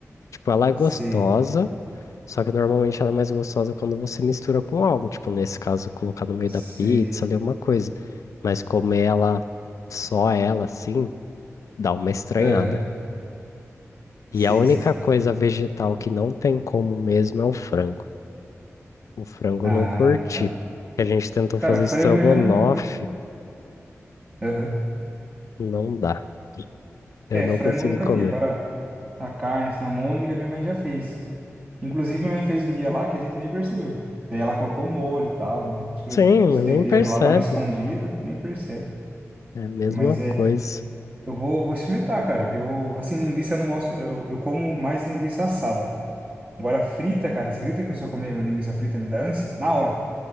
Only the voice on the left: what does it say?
Tipo, ela é gostosa,
só que normalmente ela é mais gostosa quando você mistura com algo, tipo, nesse caso, colocar no meio
da pizza ali uma coisa, mas comer ela, só ela assim, dá uma estranhada.
E a única
coisa vegetal que não tem como mesmo é o frango. O frango
eu não curti.
A gente tentou
fazer
estrogonofe,
não dá. Eu
não
consegui
comer.
Sim,
mas
nem percebe.
É a mesma
coisa.